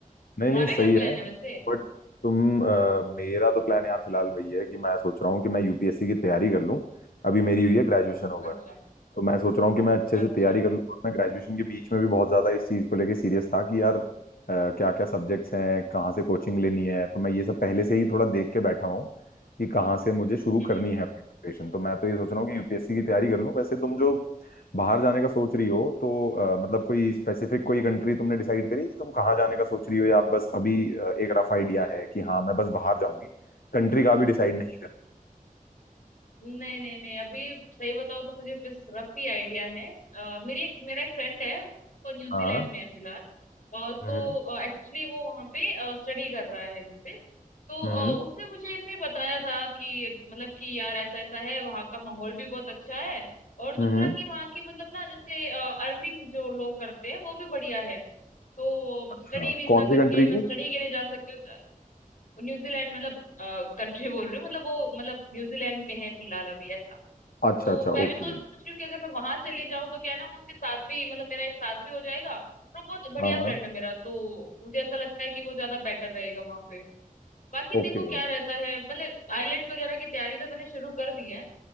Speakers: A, on the left; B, on the left.
A: नहीं
B: तुम्हारा
A: नहीं सही
B: क्या प्लान
A: है
B: है वैसे
A: बट तुम अ, मेरा तो प्लान यार फिलहाल वही है कि मैं सोच रहा हूँ कि मैं यूपीएससी की तैयारी कर लूँ अभी मेरी हुई है ग्रेजुएशन ओवर
B: अच्छा
A: तो मैं सोच रहा हूँ कि मैं अच्छे
B: अच्छा
A: से तैयारी कर लूँ और मैं ग्रेजुएशन के बीच में भी बहुत ज्यादा इस चीज को लेके सीरियस था कि यार क्या क्या सब्जेक्ट्स हैं कहाँ से कोचिंग लेनी है तो मैं ये सब पहले से ही थोड़ा देख के बैठा हुआ हूँ कि कहाँ से मुझे शुरू
B: हम्म
A: करनी है अपनी प्रिपरेशन तो मैं तो ये सोच रहा हूँ कि यूपीएससी की तैयारी कर लूँ वैसे तुम जो बाहर जाने का सोच रही हो तो अ, मतलब कोई स्पेसिफिक कोई कंट्री तुमने डिसाइड करी कि तुम कहाँ जाने का सोच रही हो या बस अभी अ, एक रफ आइडिया है कि हाँ मैं बस बाहर जाऊंगी कंट्री का भी डिसाइड नहीं करी
B: नहीं नहीं नहीं अभी सही बताओ तो मुझे बस रफ ही आइडिया है अ, मेरी एक मेरा एक फ्रेंड है वो न्यूजीलैंड
A: हाँ
B: में है फिलहाल अ,
A: हम्म
B: तो एक्चुअली वो वहाँ पे स्टडी कर रहा है जैसे तो
A: हम्म
B: अ, उसने मुझे ऐसे बताया था कि मतलब कि यार ऐसा ऐसा है वहाँ का माहौल भी बहुत अच्छा है और दूसरा
A: हम्म
B: कि वहाँ की मतलब ना जैसे अर्निंग जो लोग करते हैं वो भी बढ़िया है तो
A: अच्छा
B: स्टडी वीजा
A: कौन
B: करके
A: सी कंट्री
B: मैं
A: की
B: स्टडी के लिए जा सकती हूँ न्यूजीलैंड मतलब कंट्री बोल रही हूँ मतलब वो मतलब न्यूजीलैंड में है फिलहाल अभी ऐसा
A: अच्छा
B: तो
A: अच्छा
B: मैं
A: ओके
B: भी सोच रही हूँ कि अगर मैं वहां चली जाऊँ तो क्या है ना वो उसके साथ भी मतलब मेरा एक साथ भी हो जाएगा और वो बहुत बढ़िया
A: हाँ हाँ
B: फ्रेंड है मेरा तो मुझे ऐसा लगता है कि वो ज्यादा बेटर रहेगा वहां पे बाकी देखो
A: ओके
B: क्या रहता है मतलब आइलेट्स वगैरह की तैयारी तो मैंने शुरू कर दी है